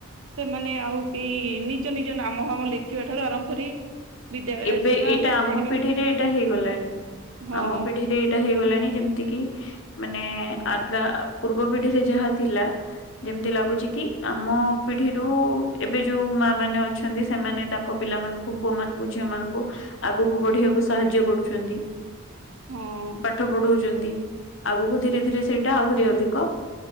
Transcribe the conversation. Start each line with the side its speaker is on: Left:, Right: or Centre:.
Right: ସେମାନେ ଆଉ କେହି ନିଜ ନିଜ ନାମ ହାମ ଲେଖିବା ଠାରୁ ଆରମ୍ଭ କରି ବିଦ୍ୟାଳୟ
Left: ଏବେ
Right: ଯିବା
Left: ଏଇଟା
Right: ପାଠ
Left: ଆମ
Right: ପଢିବା
Left: ପିଢିରେ ଏଇଟା ହେଇଗଲାଣି
Right: ହଁ
Left: ଆମ ପିଢିରେ ହେଇଗଲାଣି ଯେମିତି କି ମାନେ ଆଗା ପୂର୍ବ ପିଢିରେ ଯାହା ଥିଲା ଯେମିତି ଲାଗୁଛି କି ଆମ ପିଢିରୁ ଏବେ ଯୋଉ ମା ମାନେ ଅଛନ୍ତି ସେମାନେ ତାଙ୍କ ପିଲାମାନଙ୍କୁ ପୁଅ ମାନଙ୍କୁ ଝିଅ ମାନଙ୍କୁ ଆଗକୁ ବଢିବାକୁ ସାହାଯ୍ୟ କରୁଛନ୍ତି
Right: ହଁ।
Left: ପାଠ ପଢୁ ଛନ୍ତି, ଆଗକୁ ଧୀରେ ଧୀରେ ସେଇଟା ଆହୁରି ଅଧିକ